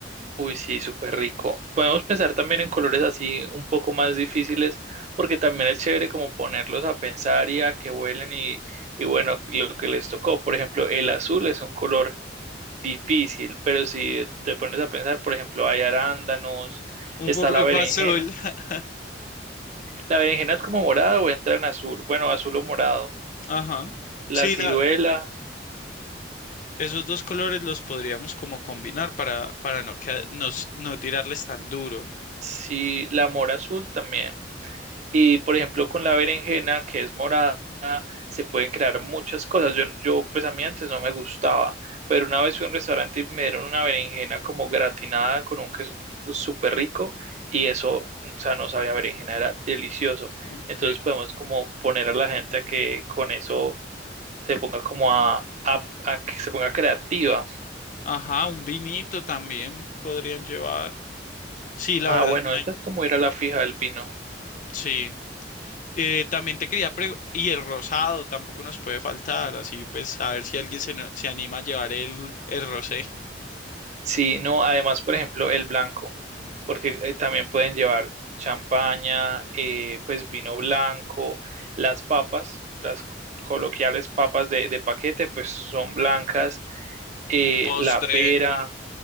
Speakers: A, on the right; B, on the left.
A: Uy, sí, súper rico. Podemos pensar también en colores así un poco más difíciles, porque también es chévere como ponerlos a pensar y a que vuelen y, y bueno, lo que les tocó. Por ejemplo, el azul es un color difícil, pero si te pones a pensar, por ejemplo, hay arándanos,
B: Un
A: está
B: burloco
A: la berenjena.
B: azul. <laughs>
A: La berenjena es como morada o entra en azul, bueno, azul o morado.
B: Ajá.
A: La
B: Sí,
A: ciruela,
B: la, esos dos colores los podríamos como combinar para, para no, que, nos, no tirarles tan duro.
A: sí, la mora azul también. Y por ejemplo, con la berenjena, que es morada, se pueden crear muchas cosas. Yo, yo, pues a mí antes no me gustaba, pero una vez fui a un restaurante y me dieron una berenjena como gratinada con un queso súper rico y eso, o sea, no sabía a berenjena, era delicioso.
B: ¿no?
A: Entonces
B: Ok.
A: podemos como poner a la gente a que con eso se ponga como a, a, a que se ponga creativa.
B: Ajá, un vinito también podrían llevar. Sí, la
A: Ah,
B: verdad,
A: bueno,
B: me-
A: eso es como ir a la fija del pino.
B: sí. Eh, también te quería preguntar, y el rosado tampoco nos puede faltar, así pues a ver si alguien se, no- se anima a llevar el, el rosé.
A: Sí, no, además, por ejemplo, el blanco, porque eh, también pueden llevar champaña, eh, pues vino blanco, las papas, las coloquiales papas de, de paquete, pues son blancas, eh,
B: Un postre,
A: la pera,